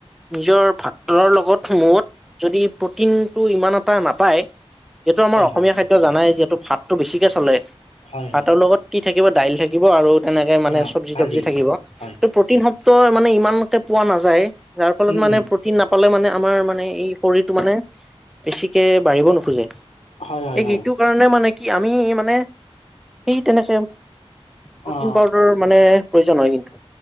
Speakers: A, in the centre; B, on the left.
A: নিজৰ ভাতৰ লগত মত যদি প্ৰটিনটো ইমান এটা নাপায় যিহেতু আমাৰ
B: হয়,
A: অসমীয়া
B: হয়,
A: খাদ্য জানাই যিহেতু ভাতটো বেছিকে চলে
B: হয়, হয়।
A: ভাতৰ লগত কি থাকিব দাইল থাকিব আৰু তেনেকে মানে
B: অঁ
A: চব্জি
B: ভাজি
A: তব্জি থাকিব
B: হয়
A: ত প্ৰটিন শ ব্দ মানে ইমান কে পোৱা নাযায় যাৰ ফলত
B: উম
A: মানে
B: উম
A: প্ৰটিন নাপালে মানে আমাৰ মানে এই শৰীৰটো মানে বেছিকে বাঢ়িব নোখোজে
B: হয় হয়
A: এই
B: হয়
A: সিটো কাৰণে মানে কি আমি মানে সেই তেনেকে প্ৰটিন
B: অঁ
A: পাউদাৰ মানে প্ৰয়োজন হয় কিন্তু